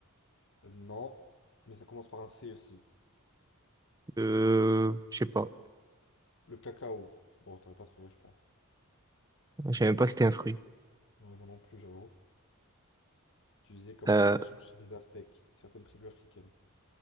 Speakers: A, on the left; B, on the right.
A: Euh, non, mais ça commence par un C aussi.
B: euh, je sais pas.
A: Le cacao. Bon, t'aurais pas trouvé, je pense.
B: Je savais même pas que c'était un fruit.
A: Ouais, moi non plus, j'avoue. Utilisé comme
B: Euh,
A: monnaie d'échange chez les Aztèques et certaines tribus africaines.